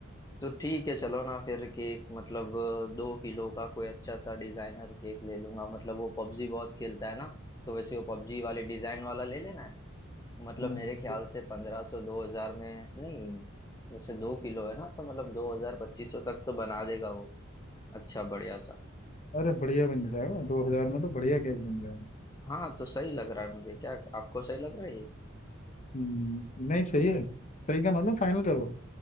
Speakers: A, on the left; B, on the left.
A: तो ठीक है चलो ना फिर केक मतलब दो किलो का कोई अच्छा सा डिजाइनर केक ले लूंगा मतलब वो पबजी बहुत खेलता है ना तो वैसे वो पबजी वाले डिजाइन वाला ले लेना है मतलब
B: हम्म,
A: मेरे ख्याल
B: ठीक।
A: से पंद्रह सौ दो हजार में नहीं वैसे दो किलो है ना तो मतलब दो हजार पच्चीस सौ तक तो बना देगा वो अच्छा बढ़िया सा
B: अरे बढ़िया बन जाएगा दो हजार में तो बढ़िया केक बन जाएगा
A: हाँ तो सही लग रहा है मुझे क्या आपको सही लग रहा है
B: हम्म, नहीं सही है सही का मतलब फाइनल करो